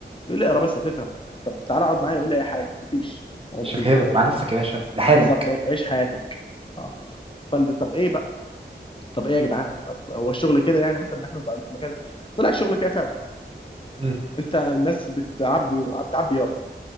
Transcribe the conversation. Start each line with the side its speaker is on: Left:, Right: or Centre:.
Left: يقول لي اقرا بس هتفهم طب تعالى اقعد معايا يقول لي اي حاجه مفيش هو
Right: مش
Left: مفيش
Right: هفهمك
Left: بقى هو
Right: مع نفسك
Left: كده
Right: يا باشا لحالك
Left: اه بالظبط عيش حياتك اه فال طب ايه بقى طب ايه يا جدعان طب هو الشغل كده يعني مثلا إن احنا ضايعين في المكان ده طلع الشغل كده فعلا
Right: مم.
Left: انت الناس بتعبي عب- عبي يابا